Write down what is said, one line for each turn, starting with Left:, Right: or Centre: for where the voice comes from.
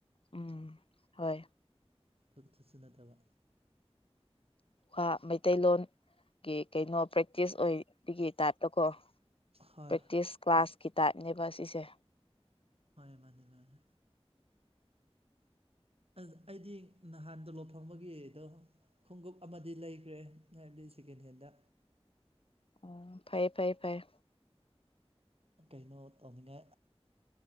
Left: ꯎꯝ ꯍꯣꯏ
Right: ꯑꯗꯨꯛꯇꯁꯨ ꯅꯠꯇꯕ
Left: ꯈꯔ ꯃꯩꯇꯩꯂꯣꯟꯒꯤ ꯀꯩꯅꯣ ꯄ꯭ꯔꯦꯛꯇꯤꯁ ꯑꯣꯏꯕꯒꯤ ꯇꯥꯏꯞꯇꯀꯣ
Right: ꯍꯣꯏ
Left: ꯄ꯭ꯔꯦꯛꯇꯤꯁ ꯀ꯭ꯂꯥꯁꯀꯤ ꯇꯥꯏꯞꯅꯦꯕ ꯁꯤꯁꯦ
Right: ꯍꯣꯏ ꯃꯥꯅꯦ ꯃꯥꯅꯦ ꯑꯗꯨ ꯑꯩꯗꯤ ꯅꯍꯥꯟ ꯇꫭꯂꫭꯞ ꯐꯪꯕꯒꯤꯗꯣ ꯈꯨꯡꯉꯨꯞ ꯑꯃꯗꯤ ꯂꯩꯈ꯭ꯔꯦ ꯍꯥꯏꯕꯗꯤ ꯁꯦꯀꯦꯟ ꯍꯦꯟꯗ
Left: <inaudible> <unintelligible> ꯐꯩ ꯐꯩ ꯐꯩ
Right: ꯀꯩꯅꯣ ꯇꯧꯅꯤꯅꯦ